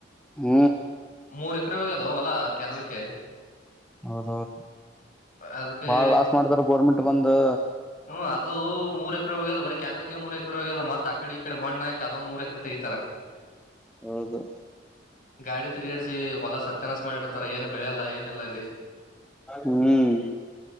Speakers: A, in the centre; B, on the left (about 40°).
A: ಹ್ಮ
B: ಮೂರ್ ಎಕರೆ ಹೋಗ್ಯದೋ ಹೊಲಾ ಕ್ಯಾನಲ್ಕೆ.
A: ಹೌದೌದು
B: ಅದಕ್ಕೆ
A: ಬಾಳ ಲಾಸ್ ಮಾಡತಾರ ಗೋರ್ಮೆಂಟ್ ಬಂದು.
B: ಹ್ಮ್ ಅದು ಮೂರು ಎಕರೆ ಹೋಗ್ಯದ ಬರೆ ಕ್ಯಾನಲ್ಕೆ ಮೂರ್ ಎಕರೆ ಹೋಗ್ಯದ ಮತ್ತತ್ ಆ ಕಡೆ ಈ ಕಡೆ ಮಣ್ಣಾಕ ಅದೊಂದ್ ಮೂರ್ ಎಕರೆ. ತೆಗಿತಾರ.
A: ಹೌದು
B: ಗಾಡಿ ತಿರುಗಾಡಿಸಿ ಹೊಲ ಸತ್ಯನಾಸ ಮಾಡಿರ್ತಾರ ಏನು ಬೆಳೆಯಲ್ಲ ಏನ ಇಲ್ಲ ಅಲ್ಲಿ.
A: ಹ್ಮ್